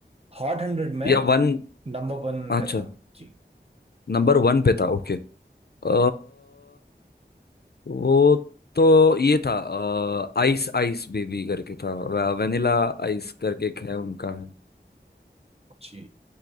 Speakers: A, on the right; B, on the left.
A: हॉट हंड्रेड में
B: या वन
A: नंबर वन
B: अच्छा
A: पे था जी
B: नंबर वन पे था ओके अ, वो तो ये था आइस आइस बेबी करके था वेनिला आइस करके एक है उनका है
A: जी